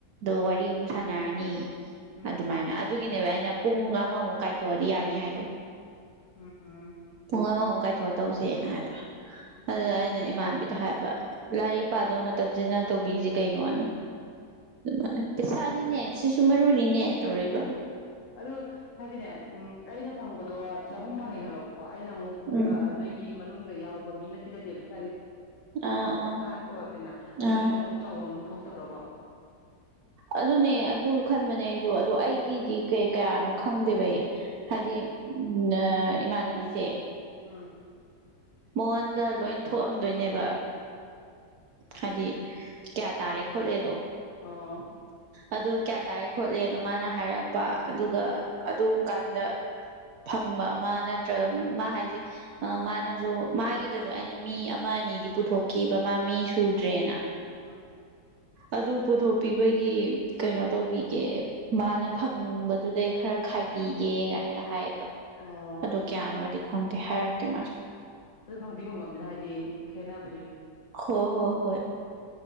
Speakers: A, on the right; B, on the left.
A: ꯑꯗꯣ ꯋꯥꯔꯤ ꯑꯃꯨꯛ ꯁꯥꯟꯅꯔꯅꯤ
B: ꯎꯝ
A: ꯑꯗꯨꯃꯥꯏꯅ ꯑꯗꯨꯒꯤꯅꯦꯕ ꯑꯩꯅ ꯑꯩꯅ ꯄꯨꯡ ꯑꯃꯃꯨꯛ ꯀꯥꯏꯊꯣꯛꯑꯗꯤ ꯌꯥꯅꯤ ꯍꯥꯏꯗꯣ
B: ꯎꯝ
A: ꯄꯨꯡ ꯑꯃꯃꯨꯛ ꯀꯥꯏꯊꯣꯛꯑ ꯇꯧꯁꯦꯅ ꯍꯥꯏꯗ꯭ꯔꯣ
B: ꯎꯝ
A: ꯑꯗꯨ ꯑꯅ ꯏꯃꯕꯤ ꯍꯥꯏꯕ ꯂꯥꯏꯔꯤꯛ ꯄꯥꯗꯕ ꯃꯇꯝꯁꯦ ꯅꯪ ꯇꯧꯕꯤꯔꯤꯁꯦ ꯀꯩꯅꯣꯅ
B: ꯎꯝ
A: ꯑꯗꯨ ꯄꯩꯁꯥꯅꯤꯅꯦ ꯁꯤꯁꯨ ꯃꯔꯨꯅꯤꯅꯦ ꯇꯧꯔꯛꯕ
B: ꯑꯗꯨ ꯍꯥꯏꯗꯤꯅꯦ ꯎꯝ ꯑꯩꯅ ꯐꯪꯕꯗꯣ ꯆꯍꯨꯝ ꯐꯪꯉꯦ ꯈꯜꯂꯣꯕ ꯀꯣ ꯑꯩꯅ ꯑꯃꯨꯛ
A: ꯎꯝ
B: ꯅꯣꯏꯒꯤ ꯃꯅꯨꯡꯗ ꯌꯥꯎꯕ ꯃꯤ ꯅꯠꯇꯤ ꯅꯠꯇꯦꯕ ꯍꯥꯏꯗꯤ
A: ꯑꯥ
B: ꯃꯈꯥ
A: ꯑꯥ
B: ꯑꯣꯏꯔꯛꯇꯣꯏꯅ ꯑꯗꯣ
A: ꯑꯥ
B: ꯅꯣꯏ ꯅꯣꯡ ꯑꯃꯨꯛ ꯆꯥꯎꯐꯝ ꯊꯣꯛꯇꯕ꯭ꯔꯥ ꯀꯣ
A: ꯑꯗꯨꯅꯦ ꯑꯗꯨ ꯈꯟꯕꯅꯦ ꯑꯩꯁꯨ ꯑꯗꯨꯗꯣ ꯑꯩꯒꯤꯗꯤ ꯀꯩ ꯀꯌꯥꯅꯣ ꯈꯪꯗꯦꯕ ꯑꯩ ꯍꯥꯏꯗꯤ ꯎ ꯏꯃꯥꯟꯅꯕꯤꯁꯦ
B: ꯎꯝ
A: ꯃꯉꯣꯟꯗ ꯂꯣꯏ ꯊꯣꯛꯑꯝꯗꯣꯏꯅꯦꯕ ꯍꯥꯏꯗꯤ ꯀꯌꯥ ꯇꯥꯔꯦ ꯈꯣꯠꯂꯦꯗꯣ
B: ꯑꯣ
A: ꯑꯗꯨ ꯀꯌꯥ ꯇꯥꯔꯦ ꯈꯣꯠꯂꯦꯅꯣ ꯃꯥꯅ ꯍꯥꯏꯔꯛꯄ ꯑꯗꯨꯒ ꯑꯗꯨꯝ ꯀꯥꯟꯗ ꯐꯪꯕ ꯑꯃ ꯅꯠꯇ꯭ꯔꯒ ꯃꯥ ꯍꯥꯏꯁꯦ ꯃꯥꯅꯁꯨ ꯃꯥꯒꯤꯗꯁꯨ ꯑꯩꯅ ꯃꯤ ꯑꯃ ꯑꯅꯤꯗꯤ ꯄꯨꯊꯣꯛꯈꯤꯕ ꯃꯥ ꯃꯤ ꯁꯨꯗ꯭ꯔꯦꯅ
B: ꯎꯝ
A: ꯑꯗꯨ ꯄꯨꯊꯣꯛꯄꯤꯕꯒꯤ ꯀꯩꯅꯣ ꯇꯧꯕꯤꯒꯦ ꯃꯥꯅ ꯐꯪꯕꯗꯨꯗꯩ ꯈꯔ ꯈꯥꯏꯕꯤꯒꯦ ꯀꯥꯏꯅꯒ ꯍꯥꯏꯌꯦꯕ
B: ꯑꯣ
A: ꯑꯗꯨꯗ ꯀꯌꯥꯅꯋꯥꯗꯤ ꯈꯪꯗꯦ ꯍꯥꯏꯔꯛꯇꯦ ꯃꯥꯁꯨ
B: ꯑꯗꯨ ꯐꯪꯗꯤ ꯐꯪꯉꯝꯅꯤꯅ ꯍꯥꯏꯗꯤ ꯈꯦꯠꯅꯕ
A: ꯍꯣ ꯍꯣ ꯍꯣꯏ